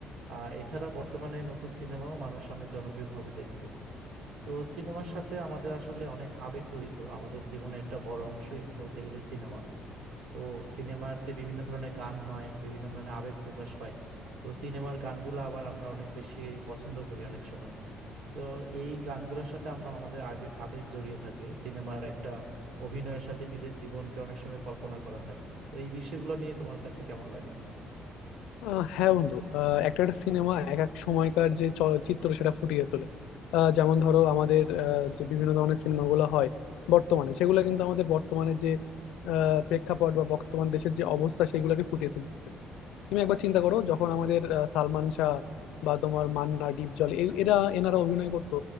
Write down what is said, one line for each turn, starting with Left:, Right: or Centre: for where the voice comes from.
Right: আর এছাড়া বর্তমানে নতুন সিনেমাও মানুষ অনেক জনপ্রিয়ভাবে দেখছে তো সিনেমার সাথে আমাদের আসলে অনেক আবেগ জড়িত আমাদের জীবনে একটা বড় অংশই বলতে গেলে সিনেমা তো সিনেমাতে বিভিন্ন ধরনের গান হয় বিভিন্ন ধরনের আবেগ প্রকাশ পায় তো সিনেমার গানগুলো আবার আমরা অনেক বেশি পছন্দ করি অনেক সময় তো এই গানগুলোর সাথে আমরা আমাদের আবেগ আবেগ জড়িয়ে থাকে সিনেমার একটা অভিনয়ের সাথে নিজের জীবনকে অনেক সময় কল্পনা করা হয় তো এই বিষয়গুলো নিয়ে তোমার কাছে কেমন লাগে
Left: আহ হ্যাঁ বন্ধু আহ একটা একটা সিনেমা এক এক সময়কার যে চলচ্চিত্র সেটা ফুটিয়ে তোলে আহ যেমন ধরো আমাদের আহ, যে বিভিন্ন ধরনের সিনেমাগুলো হয় বর্তমানে সেগুলো কিন্তু আমাদের বর্তমানে যে আহ, প্রেক্ষাপট বা বর্তমান দেশের যে অবস্থা সেগুলোকে ফুটিয়ে তুলতেছে তুমি একবার চিন্তা করো যখন আমাদের আহ, সালমান শাহ বা তোমার মান্না ডিপজল এই এরা এনারা অভিনয় করতো